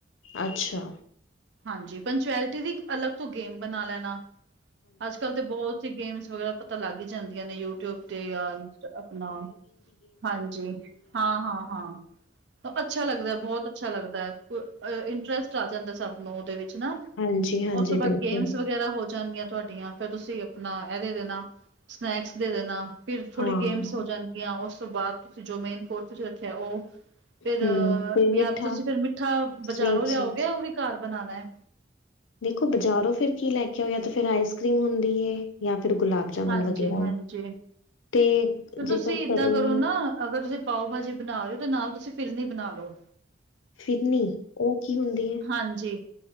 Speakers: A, on the left; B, on the right.
A: ਅੱਛਾ
B: ਹਾਂਜੀ ਪੰਚੁਐਲਿਟੀ ਦੀ ਅਲੱਗ ਤੋਂ ਗੇਮ ਬਣਾ ਲੈਣਾ, ਅੱਜ -ਕੱਲ ਤੇ ਬਹੁਤ? ਗੇਮਸ ਵਗੈਰਾ ਪਤਾ ਲੱਗ ਹੀ ਜਾਂਦੀਆਂ ਨੇ ਯੂਟਿਊਬ ਤੇ ਜਾਂ ਇੰਟਾ? ਹਾਂਜੀ, ਹਾਂ- ਹਾਂ -ਹਾਂ ਅੱਛਾ ਲੱਗਦਾ ਬਹੁਤ? ਅੱਛਾ ਲੱਗਦਾ ਹੈ ਇੰਟਰਸਟ ਆ ਜਾਂਦਾ ਸਭ ਨੂੰ ਉਹਦੇ ਵਿੱਚ ਨਾ।
A: ਹਾਂਜੀ-ਹਾਂਜੀ,
B: ਉਸ ਤੋਂ ਬਾਅਦ,
A: ਬਿਲਕੁਲ
B: ਗੇਮਸ ਵਗੈਰਾ ਹੋ ਜਾਂਦੀਆਂ ਤੁਹਾਡੀਆਂ। ਫਿਰ ਤੁਸੀਂ ਆਪਣਾ ਇਹ ਦੇ ਦੇਣਾ, ਸਨੈਕਸ ਦੇ ਦੇਣਾ ਫਿਰ ਥੋੜੀ
A: ਹਾਂ,
B: ਗੇਮਸ? ਹੋ ਜਾਣਗੀਆਂ, ਉਸ ਤੋਂ ਬਾਅਦ ਤੁਸੀਂ ਜੋ ਮੇਨ ਕੋਰਸ ਤੁਸੀਂ ਰੱਖਿਆ ਉਹ? ਫਿਰ
A: ਹੂੰ ਫਿਰ
B: ਯਾਰ
A: ਮਿੱਠਾ
B: ਤੁਸੀਂ ਫਿਰ ਮਿੱਠਾ
A: ਸਵੀਟ
B: ਬਾਜ਼ਾਰੋਂ ਲਿਆਓਗੇ,
A: ਚ
B: ਉਹ ਵੀ ਘਰ ਬਣਾਉਣਾ ਹੈ।
A: ਦੇਖੋ ਬਜ਼ਾਰੋਂ ਫਿਰ ਕੀ ਲੈ ਕੇ ਆਏ ਤਾਂ ਫਿਰ ਆਈਸ ਕਰ੍ਰੀਮ ਹੁੰਦੀ ਜਾਂ ਫਿਰ ਗੁਲਾਬ? ਜਾਮੁਨ
B: ਹਾਂਜੀ-
A: ਵਗੈਰਾ
B: ਹਾਂਜੀ,
A: ਤੇ
B: ਫੇਰ ਤੁਸੀਂ
A: ਜੇਕਰ
B: ਏਦਾਂ
A: ਘਰੇ
B: ਕਰੋ ਨਾ, ਅਗਰ ਤੁਸੀਂ? ਪਾਓ ਭਾਜੀ ਬਣਾ ਲਓ ਤੇ ਨਾਲ ਤੁਸੀਂ ਫਿਰਨੀ ਬਣਾ ਲੋ।
A: ਫਿਰਨੀ, ਉਹ ਕੀ ਹੁੰਦੀ ਹੈ
B: ਹਾਂਜੀ,